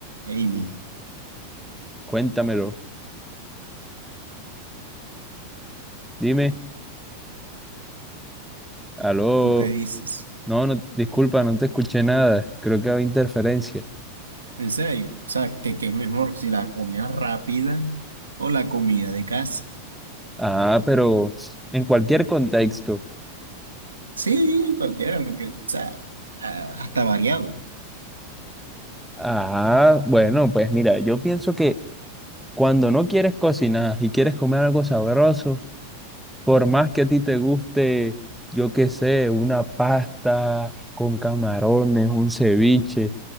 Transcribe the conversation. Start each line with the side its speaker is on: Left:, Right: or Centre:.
Right: Amy,
Centre: Cuéntamelo. Dime. Aló.
Right: ¿tú qué dices?
Centre: No, no, disculpa, no te escuché nada. Creo que había interferencia.
Right: En serio, o sea, ¿qué, qué es mejor si la comida rápida o la comida de casa?
Centre: Ah, pero en cualquier contexto.
Right: Sí, cualquiera, lo que, o sea, ah, hasta variado.
Centre: Ah, bueno, pues mira, yo pienso que cuando no quieres cocinar y quieres comer algo sabroso, por más que a ti te guste, yo qué sé, una pasta con camarones, un ceviche,